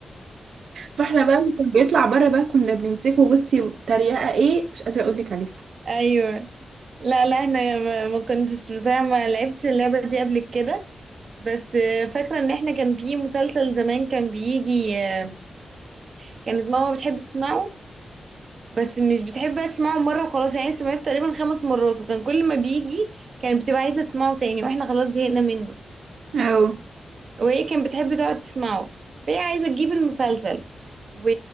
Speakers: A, on the right (about 75°); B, on the right (about 55°).
A: فاحنا بقى اللي كان بيطلع بره بقى كنا بنمسكه بصي تريقة ايه مش قادرة اقول لك عليها
B: ايوه لا لا احنا ما ما كنتش بصراحه ما لعبتش اللعبه دي قبل كده بس فاكره ان احنا كان في مسلسل زمان كان بيجي آه، كانت ماما بتحب تسمعه بس مش بتحب بقى تسمعه مرة وخلاص يعني سمعته تقريبا خمس مرات وكان كل ما بيجي كانت بتبقى عايزة تسمعه تاني واحنا خلاص زهقنا منه
A: أو
B: وهي كانت بتحب تقعد تسمعه فهي عايزة تجيب المسلسل و...